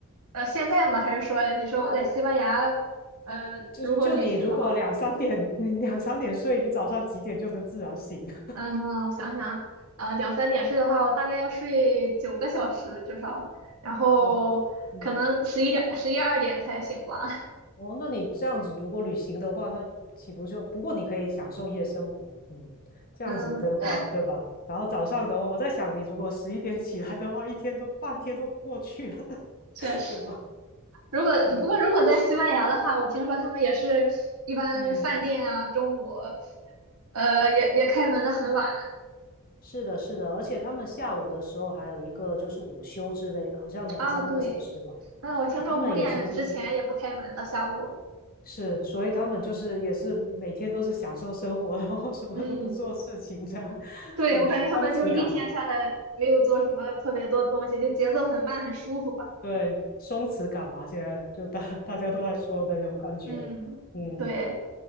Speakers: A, on the right; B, on the left.
A: 呃，现在吗？还是说你说我在西班牙，呃，
B: 就就你如果两三点，
A: 如果旅行的话？
B: <laughs> 你两三点睡，你早上几点就能自然醒了？<laughs>
A: 嗯，我想想，呃，两三点睡的话，我大概要睡九个小时至少，然后可能十一点、
B: 哇，嗯，
A: 十一二点才醒吧。<laughs>
B: 哦，那你这样子如果旅行的话，那岂不就，不过你可以享受夜生活，嗯，这样子的话，
A: 嗯，
B: 对吧？然后早上的话，我在想，你如果十一点起来的话，一天都半天都过去了，
A: 确实。
B: <laughs> 对吧？
A: 如果不过如果在西班牙的话，
B: 嗯
A: 我听说他们也是一般饭店啊，
B: 嗯。
A: 中午，呃，也也开门的很晚
B: 是的，是的，而且他们下午的时候还有一个就是午休之类的，好像两三个小时吧。
A: 啊。对，嗯，我听说五点之前也不开门的，
B: 哇，他们也是真的
A: 下午。
B: 是，所以他们就是也是每天都是享受生活，然后什么都不做事情，
A: 嗯，
B: 这样
A: 对，
B: 很松弛感。
A: 我感觉他们就是一天下来没有做什么特别多东西，就节奏很慢，很舒服吧。
B: 对，松弛感嘛，现在就大大家都在说的那种感觉。
A: 嗯，
B: 嗯
A: 对，